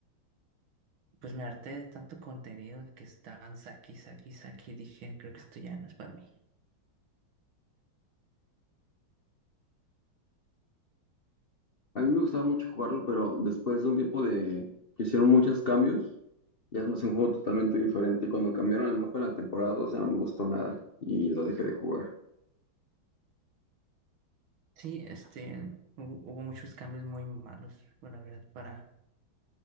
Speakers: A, on the right; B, on the left.
A: pues me harté de tanto contenido que estaban saqui, saqui, saqui, dije, creo que esto ya no es para mí.
B: A mí me gustaba mucho jugarlo, pero después de un tiempo de que hicieron muchos cambios, ya es más un juego totalmente diferente. y Cuando cambiaron el mapa en la temporada 2 ya no me gustó nada y lo dejé de jugar.
A: Sí, este, hu- hubo muchos cambios muy malos, bueno, la verdad, para,